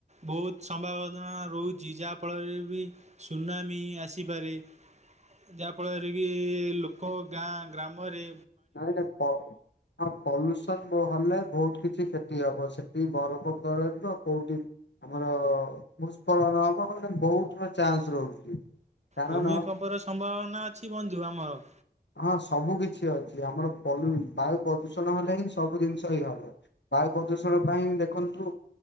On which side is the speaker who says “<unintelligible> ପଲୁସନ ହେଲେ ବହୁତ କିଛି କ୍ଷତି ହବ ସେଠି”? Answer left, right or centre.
Left